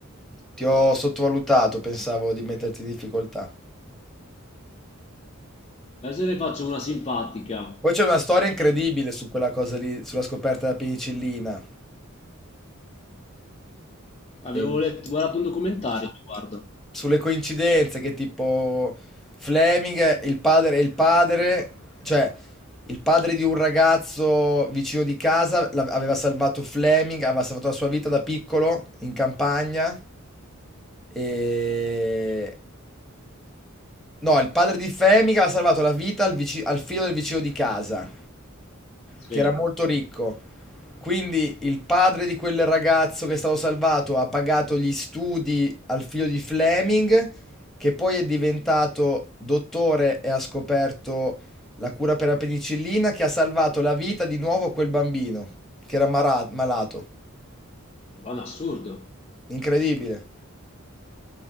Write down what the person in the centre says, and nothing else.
Ti ho sottovalutato, pensavo di metterti in difficoltà.
Poi c'è una storia incredibile su quella cosa lì, sulla scoperta della penicillina.
E-
sulle coincidenze che tipo Fleming è il padre, è il padre, cioè il padre di un ragazzo vicino di casa la- aveva salvato Fleming, aveva salvato la sua vita da piccolo in campagna e... No, il padre di Fleming aveva salvato la vita al, vici- al figlio del vicino di casa
che era molto ricco. Quindi il padre di quel ragazzo che è stato salvato ha pagato gli studi al figlio di Fleming, che poi è diventato dottore e ha scoperto la cura per la penicillina, che ha salvato la vita di nuovo a quel bambino che era mara- malato.
Incredibile.